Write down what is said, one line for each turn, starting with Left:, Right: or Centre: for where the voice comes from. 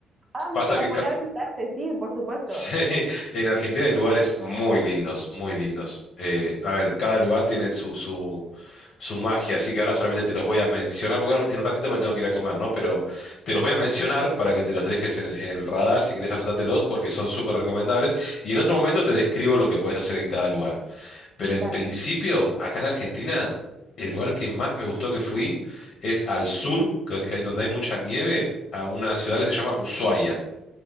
Right: Ah,
Left: Pasa
Right: mira,
Left: que
Right: pudiera
Left: ca-
Right: visitarte, sí, por supuesto.
Left: Sí, en Argentina hay lugares muy lindos, muy lindos. Eh, a ver, cada lugar tiene su, su, su magia, así que ahora solamente te los voy a mencionar, porque ahora en un ratito me tengo que ir a comer, ¿no? Pero te los voy a mencionar para que te los dejes en, el en el radar, si querés anótatelos, porque son súper recomendables. Y en otro momento te describo lo que puedes hacer en cada lugar. Pero en
Right: Dale.
Left: principio, acá en Argentina, el lugar que más me gustó que fui es al sur, que- que hay- donde hay mucha nieve, a una ciudad que se llama Ushuaia.